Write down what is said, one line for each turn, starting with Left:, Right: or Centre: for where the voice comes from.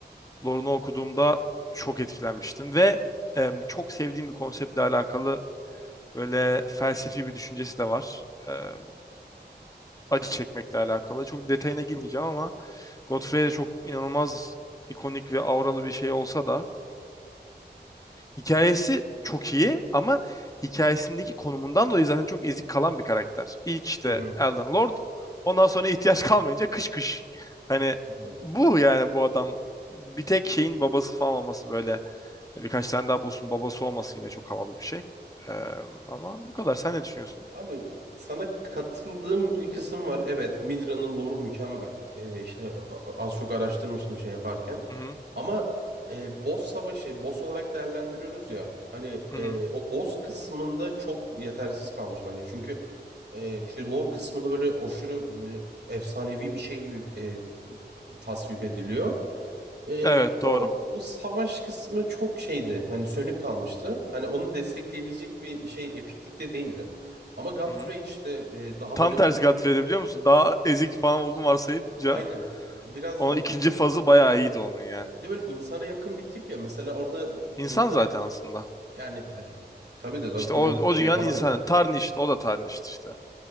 Left: Lor'unu okuduğumda çok etkilenmiştim ve em, çok sevdiğim bir konseptle alakalı böyle felsefi bir düşüncesi de var. Em, acı çekmekle alakalı. Çok detayına girmeyeceğim ama Godfrey de çok inanılmaz ikonik ve auralı bir şey olsa da Hikayesi çok iyi ama hikayesindeki konumundan dolayı zaten çok ezik kalan bir karakter. İlk işte
Right: Hı hı.
Left: Elden Lord. Ondan sonra ihtiyaç kalmayınca kış kış. Hani
Right: Tamam.
Left: bu yani bu adam bir tek şeyin babası falan olması böyle birkaç tane daha bulsun babası olması yine çok havalı bir şey. Ee, ama bu kadar. Sen ne düşünüyorsun?
Right: Abi sana katıldığım bir kısım var. Evet, Midra'nın lore'u mükemmel. Ee, işte a- az çok araştırmıştım şey yaparken.
Left: Hı hı.
Right: Ama e, boss savaşı, boss olarak değerlendiriyoruz ya. Hani
Left: Hı
Right: e,
Left: hı.
Right: o boss kısmında çok yetersiz kalmış bence. Çünkü e, işte lore kısmında böyle aşırı hani, efsanevi bir şey gibi e, t- tasvip ediliyor. Ee,
Left: Evet doğru.
Right: or- savaş kısmı çok şeydi. Hani sönük kalmıştı. Hani onu destekleyebilecek bir şey epiklikte değildi. Ama Godfrey
Left: Hı hı.
Right: işte e, daha
Left: Tam
Right: böyle
Left: tersi Godfrey'de biliyor musun? Daha ezik falan olduğunu varsayınca
Right: aynen biraz
Left: o
Right: yani
Left: ikinci
Right: tabii
Left: fazı bayağı iyiydi onun yani.
Right: bir de böyle insana yakın bir tip ya. Mesela orada
Left: İnsan
Right: insana
Left: zaten
Right: yakın
Left: aslında.
Right: yani, yani tabii de daha
Left: İşte
Right: kocaman
Left: o, o
Right: bir şey
Left: dünyanın
Right: falan.
Left: insanı.
Right: yok.
Left: Tarnished. O da tarnished işte.